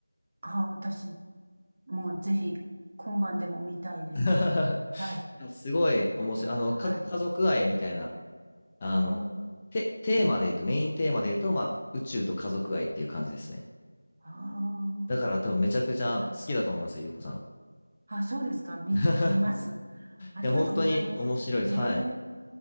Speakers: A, on the right (about 30°); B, on the left (about 15°).
A: あ、私、もうぜひ、今晩でも見たいです。
B: <laughs>
A: はい。
B: いや、すごい面白い。あの、
A: はい。
B: か、家族愛みたいなあの、
A: へえ。
B: て、テーマで言うと、メインテーマで言うと、まあ、宇宙と家族愛っていう感じですね。
A: あ
B: だから多分めちゃくちゃ好きだと思いますよ、
A: あ。はい。
B: ゆうこさん。
A: あ、そうですか。見見ます。
B: <laughs> い
A: ありがとうございます。
B: や、本当に面白いです。
A: へえ。
B: はい。